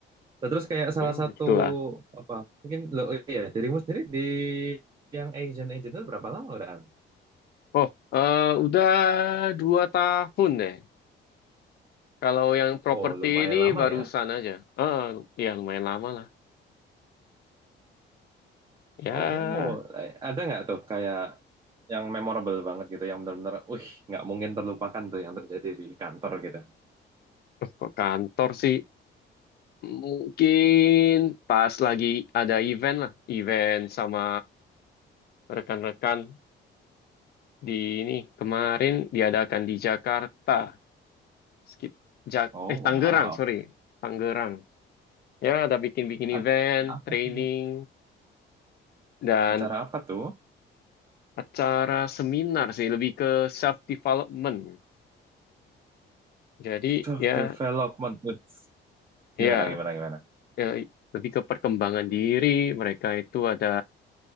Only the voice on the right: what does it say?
Nah, Terus kayak salah
satu
apa? Mungkin lo oh iya dirimu sendiri di yang agent agent itu berapa lama udahan?
Oh, lumayan
lama
ya.
Oh, eh, ada nggak tuh kayak yang memorable banget gitu, yang benar-benar, wih, nggak mungkin terlupakan tuh yang terjadi di kantor gitu.
Oh,
wow.
Ad-
apa
tuh?
Acara apa tuh?
Self
development. Wits.
Gimana gimana gimana?